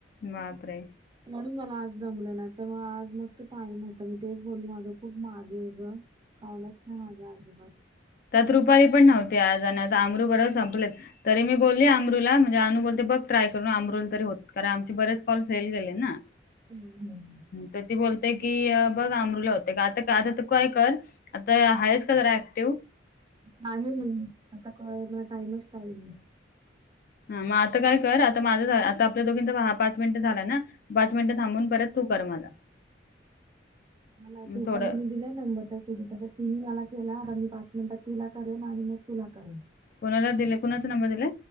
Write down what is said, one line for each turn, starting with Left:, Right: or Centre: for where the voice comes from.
Left: बापरे.
Right: म्हणून मला आज. जमलं नाही तर मग आज मस्त टाइम होता मी तेच बोलली माझं खूप मागे आहे ग. कळालच नाही माझ्या अजिबात.
Left: त्यात रुपाली पण नव्हती आज आणि आता अमरू
Right: हो.
Left: बरोब संपलेत तरी मी. बोलली अमरुला म्हणजे अनू बोलते बघ ट्राय करून अमरुल तरी होत कारण आमचे बरेच कॉल फेल गेले ना.
Right: हम्म, बर.
Left: तर ती बोलतेय की बघ अमरुला होते का आता आता काय कर. आता हयस का जरा ऍक्टिव्ह.
Right: नाही आता कळ म टाइमच काही नाही.
Left: हा मग आता काय कर आता माझं झा आता आपल्या दोघींचा हा पाच मिनिटं झालं ना. पाच मिनटं थांबून परत तू कर मला.
Right: मला एक रुपालीने
Left: थोडं
Right: दिलाय नंबर त्यांच्या तिथं कर. ति म मला केला आता मी पाच मिनिटात तिला करेन आणि मग तुला करेन.
Left: कोणाला दिले कुणाचा नंबर दिला.